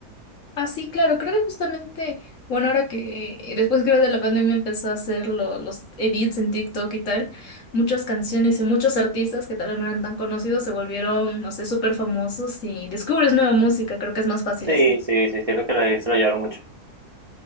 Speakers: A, on the left; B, on the right.
A: Ah, sí, claro, creo que justamente, bueno, ahora que eh, después creo de la pandemia empezó a hacer lo- los edits en TikTok y tal, muchas canciones y muchos artistas que tal vez no eran tan conocidos se volvieron, no sé, súper famosos y descubres nueva música, creo que es más fácil
B: Sí,
A: así.
B: sí, sí, siento que los edits se lo ayudaron mucho.